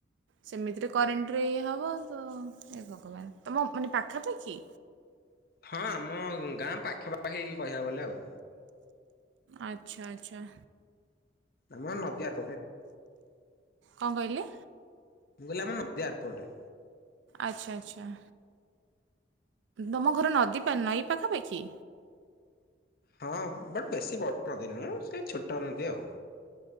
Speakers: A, on the right (about 75°); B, on the left (about 50°).
A: ସେମିତିରେ କରେଣ୍ଟରେ ଇଏ ହବ, ତ ଏ ଭଗବାନ, ତମ ମାନେ ପାଖାପାଖି?
B: ହଁ ଆମ ଗାଁ ପାଖାପାଖି ହେଇକି କହିଆକୁ ଗଲେ ଆଉ।
A: ଆଚ୍ଛା ଆଚ୍ଛା।
B: ଆମ ନଦୀ ଆର
A: କଣ କହିଲେ?
B: ମୁଁ କହିଲି ଆମ ନଦୀ ଆର ପଟେ।
A: ଆଚ୍ଛା ଆଚ୍ଛା। ତମ ଘର ନଦୀ, ପା ନଈ ପାଖାପାଖି?
B: ହଁ ବଟ୍ ବେଶୀ ବଡ଼ ନଦୀ ନୁହଁ, ସେଇ ଛୋଟ ନଦୀ ଆଉ।